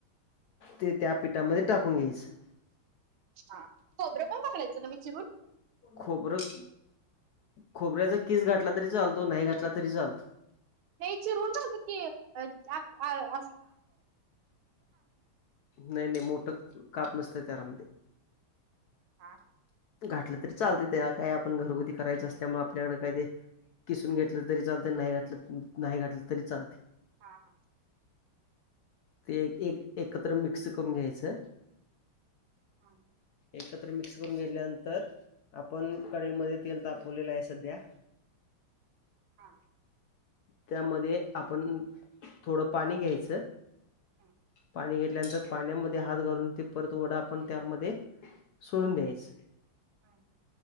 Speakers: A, on the left; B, on the right.
A: ते त्या पिठामध्ये टाकून घ्यायचं.
B: हा खोबरं पण घालायचं ना ग चिरून.
A: खोबरं खोबऱ्याचा कीस घातला तरी चालतो नाय घातला तरी चालतो.
B: हे चिरून झालात की, अ आ आ आ.
A: नाय नाय मोठं काप नसतं त्यारामध्ये.
B: हा
A: घातलं तरी चालत त्याला काय आपण घरगुती करायचं असल्यामुळे आपल्याकड काय ते कीसून घेतलं तरी चालतंय नाय घातलं नाय घातलं तरी चालतंय.
B: हा हा
A: ते एक एकत्र मिक्स करून घ्यायचं.
B: हा
A: एकत्र मिक्स करून घेतल्यानंतर आपण कढईमध्ये तेल तापवलेलं आहे सध्या
B: हा
A: त्यामध्ये आपण थोडं पाणी घ्यायचं
B: हम
A: पाणी घेतल्यानंतर पाण्यामध्ये हात घालून ते परत वडा आपण त्यामध्ये सोडून द्यायचं
B: हा